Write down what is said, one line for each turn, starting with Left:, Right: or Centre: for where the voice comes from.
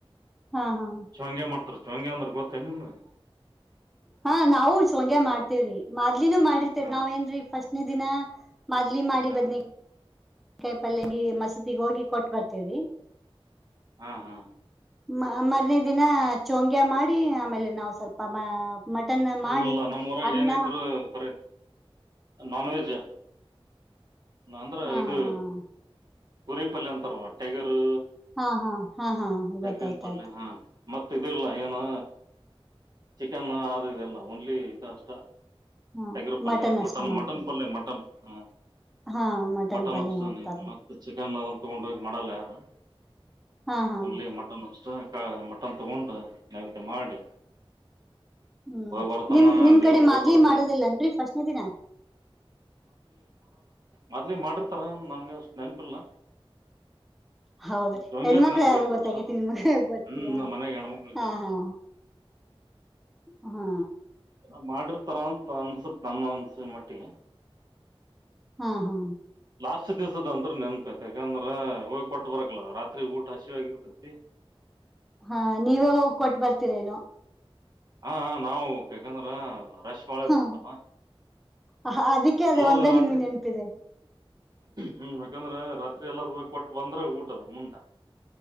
Centre: ಹಾ ಹಾ
Right: ಹಂಗೆ ಮಾಡ್ತಾರ ಶಂಗೆ ಅಂದ್ರ ಗೊತ್ತ ನಿಮಗೆ
Centre: ಹಾ ನಾವು ಚಂಗ್ಯ ಮಾಡ್ತೇವ್ರಿ ಮದ್ಲಿನೂ ಮಾಡಿರ್ತೇರಿ
Right: ಹಾ
Centre: ನಾವ್ ಏನ್ ಫಸ್ಟ್ನ ದಿನ ಮದ್ಲಿ ಮಾಡಿ
Right: ಹಾ
Centre: ಬದ್ನಿ ಕಾಯಿ ಪಲ್ಯಗ ಮಸೂತಿಗ್ ಹೋಗಿ ಕೊಟ್ ಬರ್ತೇವ್ರಿ
Right: ಹಾ ಹಾ
Centre: ಮ ಮರನೇ ದಿನ ಚಂಗ್ಯಾ ಮಾಡಿ ಆಮೇಲೆ ನಾವು ಸ್ವಲ್ಪ ಮಟನ್ ಮಾಡಿ
Right: ಇಲ್ಲ ನಮ್ಮ್ ಊರಾಗ
Centre: ಅನ್ನ
Right: ಏನ ಇದ್ರು ಬರಿ ನಾನ್ವೆೆಜ್ ಅಂದ್ರ
Centre: ಹಾ
Right: ಇದು ಕುರಿಪಲ್ಯ ಅಂತಾರವಾ ಟೆಗರು
Centre: ಹಾ ಹಾ ಹಾ ಹಾ
Right: ಟಗ್ರಿನ್
Centre: ಗೊತ್ತಾಯ್ತ
Right: ಪಲ್ಯ
Centre: ಆಯ್ತು
Right: ಹಾ ಮತ್ತ ಇಿಲ್ಲ ಏನು ಚಿಕನ್ ಆದಿದೆ ಓನ್ಲಿ <unintelligible>
Centre: ಹಾ
Right: ಟಗರ್ ಪಲ್ಯ ಮಟನ್
Centre: ಅಷ್ಟೇ ಮಾಡ್ತಾರೆ
Right: ಮಟನ್ ಪಲ್ಯ ಮಟನ್ ಹ್ಮ
Centre: ಹಾ
Right: ಮಟನ್
Centre: ಪಲ್ಯ
Right: ಅಷ್ಟಒಂದು
Centre: ಮಾಡ್ತಾರೆ
Right: ಮತ್ತ ಚಿಕನ್ ಅ ತಗೊಂಡು ಹೋಗ ಮಾಡಲ್ಲ ಯಾರು
Centre: ಹಾ ಹಾ
Right: ಒನ್ಲಿ ಮಟನ್ ಅಷ್ಟೇ ಮಟ್ಟನ್ ತಗೊಂಡು ನೈವೇದ್ಯ ಮಾಡಿ
Centre: ಹ್ಮ್
Right: ಹೋಗಿ ಬರ್ತಾನ
Centre: ನಿಮ ನಿಮ್
Right: ದೇವ್ರ
Centre: ಕಡೆ
Right: ಹೋಗಿ
Centre: ಮಾದ್ಲಿ
Right: ಬರ್ತಾನ
Centre: ಮಾಡೋದಿಲ್ಲಏನ್ರಿ ಫಸ್ಟ್ನೇ ದಿನ
Right: ಮಾದ್ಲಿ ಮಾಡಿರ್ತಾರ ಏನ್ ನನ್ಗೆಷ್ಟ ನೆನಪಿಲ್ಲ
Centre: ಹೌದು
Right: ಚೊಂಗ್ಯದ್
Centre: ಹೆಣ್ಮಕ್ಳ
Right: ನೆನಪೈತೆ
Centre: ಯಾದೂ ಗೊತ್ತಾಗತಿ
Right: ಅಷ್ಟ ನನ್
Centre: ನಿಮಗ್ ಗೊತ್ತಯಾ
Right: ಹ್ಮ್ ನಮ್ ಮನೆಗ್ ಹೆಣ್ಮಕ್ಳಿಗೆ
Centre: ಹಾ
Right: ಗೊತ್ತ
Centre: ಹಾ ಹ ಹಾ
Right: ಮ <unintelligible> ಮಾಡಿರ್ತಾರ ಅಂತ ಅನ್ಸತ್ ನನ್ನ ಅನ್ಸ ಮಟ್ಟಿಗೆ
Centre: ಹಾ ಹಾ
Right: ಲಾಸ್ಟ್ ದಿವಸದ ಅಂದ್ರ ನೆನ್ಪೈತಿ ಯಾಕಂದ್ರ ಹೋಗಿ ಕೊಟ್ಟ ಬರಬೇಕಲ್ಲ ರಾತ್ರಿ ಊಟ ಹಸಿವಆಗಿರ್ತತಿ
Centre: ಹಾ ನೀವೇ ಹೋಗಕೊಟ್ಟ ಬರ್ತೀರೇನೋ
Right: ಹ ಹಾ ನಾವು ಯಾಕಂದ್ರ ರಶ್ ಬಾಳ ಇರ್ತತಲ್ಲ
Centre: ಹಾ ಅ ಅದಕ್ಕೆ ಅದ
Right: ಎಲ್ಲಾರೂ
Centre: ಒಂದೇ
Right: ರಾತ್ರಿ
Centre: ನಿಮಗ್ ನೆನಪಿದೆ.
Right: ಹ್ಮ್ ಯಾಕಂದ್ರೆ ರಾತ್ರಿ ಎಲ್ಲರೂ ಹೋಗಿ ಕೊಟ್ಟ ಬಂದ್ರ ಊಟದ ಮುಂದ.